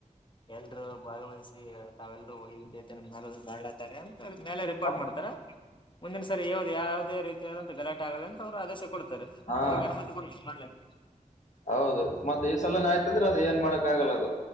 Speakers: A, on the left (about 35°); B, on the left (about 60°).
A: ಎಲ್ರೂ ಭಾಗವಹಿಸಿ ತಾವೆಲ್ರೂ ವೈವಿಧ್ಯತ ಮೇ ಮಾಡ್ಲಾತಾರೆ ಅಂತ ಮೇ ಪಾಟ್
B: ಹಾ
A: ಮಾಡ್ತಾರಾ ಮುಂದಿನ ಸರಿ ಯ್ದ ಯಾವ್ದೇ ರೀತಿಯಾದಂತ ಗಲಾಟೆ ಆಗಲ್ಲ ಅಂತ ಅವರು ಆದೇಶ ಕೊಡ್ತಾರೆ
B: ಹಾ
A: ಹಂಗಗೆ ಅನುಮತಿ ಕೊಡ್ತಾರೆ ಮಾಡ್ಕ್ಕೆ
B: ಹೌದು ಮತ್ತೆ ಈ ಸಲನ ಆಯ್ತಂದ್ರೆ ಅದು ಏನ್ ಮಾಡಕ್ ಆಗಲ್ಲ ಅದು